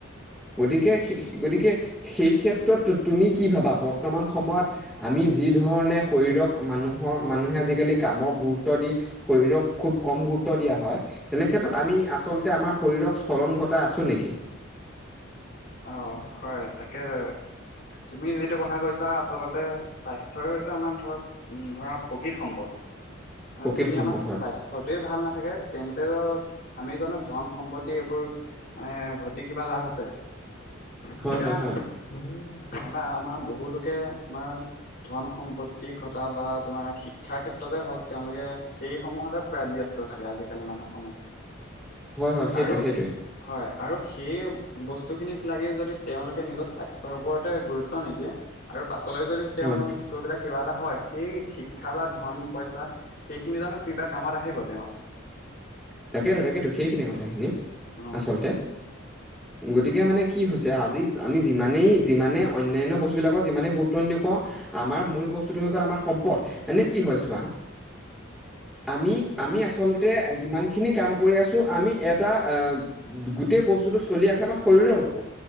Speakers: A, in the centre; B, on the left (about 50°).
A: গতিকে সেই গতিকে সেই ক্ষেত্ৰত তু তুমি কি ভাবা বৰ্তমান সময়ত আমি যি ধৰণে শৰীৰক মানুহৰ মানে মানুহে আজিকালি কামক গুৰুত্ব দি শৰীৰক খুব কম গুৰুত্ব দিয়া হয়। তেনেক্ষেত্ৰত আমি আচল আম শৰীৰৰ স্খলন ঘটাই আছো নেকি?
B: অ' হয় তাকে তুমি যিটো কথা কৈছা আচলতে স্বাস্থ্যই হৈছে আমাৰ ধৰ ধৰা প্ৰকৃত সম্পদ।
A: প্ৰকৃত
B: আৰু যদি
A: সম্পদ
B: আমাৰ স্বাস্থ্য
A: হয়
B: টোৱে ভাল নাথ থাকে তেন্তে আমি জানোঁ ধন সম্পত্তি এইবোৰ এহ ঘটি কিবা লাভ আছে।
A: হয়
B: এতিয়া
A: হয়
B: উম,
A: হয়
B: আমাৰ আমাৰ বহু লোকে তোমাৰ ধন সম্পত্তি ঘটা বা তোমাৰ শিক্ষা ক্ষেত্ৰতে হওঁক, তেওঁলোকে সেই সমূহতে প্ৰায় ব্যস্ত থাকে আজিকালি মানুহসমূহ।
A: হয়, হয়। সেইটো
B: আৰু
A: সেইটোৱে।
B: হয় আৰু সেই বস্তু বস্তুখিনিত লাগি যদি তেওঁলোকে নিজৰ স্বাস্থ্যৰ ওপৰতে গুৰুত্ব নিদিয়ে আৰু পাছলৈ যদি তেওঁলোক
A: হয়
B: গৈ পেলাই। কিবা এটা হয়, সেই শিক্ষা বা ধন পইচা সেইখিনি জানোঁ কিবা কামত আহিব তেওঁৰ।
A: তাকেতো তাকেতো সেইখিনি কথা খিনি
B: অ হয়
A: আচলতে। গতিকে মানে কি হৈছে, আজি আমি যিমানেই যিমানে অন্যান্য বস্তু বিলাকক যিমানেই গুৰুত্ব নিদিওঁ কওঁ। আমাৰ মূল বস্তুটো হৈ গ'ল আমাৰ সম্পদ। মানে কি হয় চোৱা আমি আমি আচলতে যিমান যিখিনি কাম কৰি আছোঁ, আমি এটা গোটেই বস্তুটো চলি আছে আমাৰ শৰীৰৰত ওপৰত